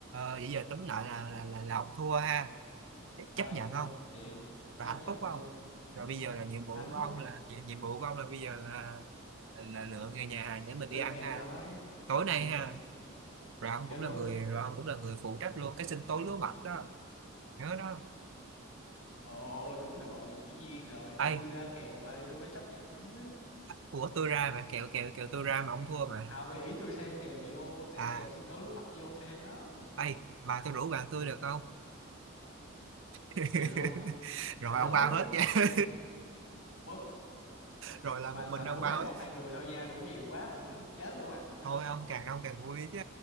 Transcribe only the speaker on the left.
thôi
thua
chịu
chấp
nhận
luôn
Ừ.
anh
phúc
<laughs>
lên
kèo
thôi
ok
chơi
luôn
ồ đúng rồi dĩ nhiên rồi thì
tôi ra kèo mà thì tôi phải chấp nhận chứ
không thì ý tôi thêm kèo vô thêm
kèo sinh tố lúa mạch vô thêm đó
chơi luôn
để đó
dân
quất
mà
mà
rủ
thêm
một hai người thôi nha rủ nhiều quá Ừ, chết luôn à